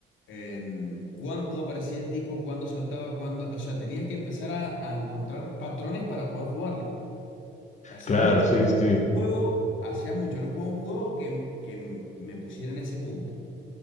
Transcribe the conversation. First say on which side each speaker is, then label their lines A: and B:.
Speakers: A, on the left; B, on the left.
A: em, cuándo aparecía el tipo, cuándo saltaba, cuándo... O sea, tenías que empezar a, a encontrar patrones para poder jugarlo. Hacía
B: Claro,
A: mucho
B: sí,
A: que no
B: sí.
A: jugaba un juego, hacía mucho que no jugaba un juego que, que me pusiera en ese punto.